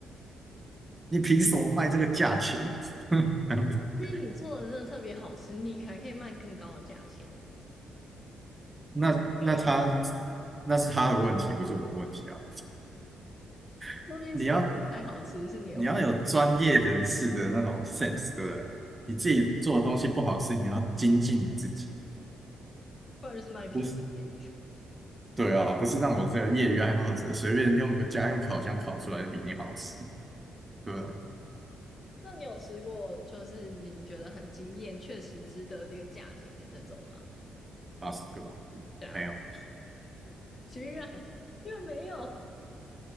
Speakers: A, on the right; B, on the left.
A: 你凭什么卖这个价钱？<laughs>
B: 说不定你做的真的特别好吃，你还可以卖更高的价钱。
A: 那那他
B: 这是没有要卖
A: 那是他的问题，不是我的问题啊。<laughs>
B: 说不定是你做的太好吃，
A: 你要
B: 是你的问题，
A: 你要有专业人士的那种 sense，对不对？你自己做的东西不好吃，你要精进你自己，
B: 不然就是卖便宜。
A: 不是？
B: 点。
A: 对啊，不是让我这个业余爱好者随便用个家用烤箱烤出来就比你好吃，对不对？
B: 那你有吃过就是你觉得很惊艳，确实值得这个价钱的那种吗？
A: 八十个吧，
B: 对啊，
A: 没有，
B: 居然居然没有，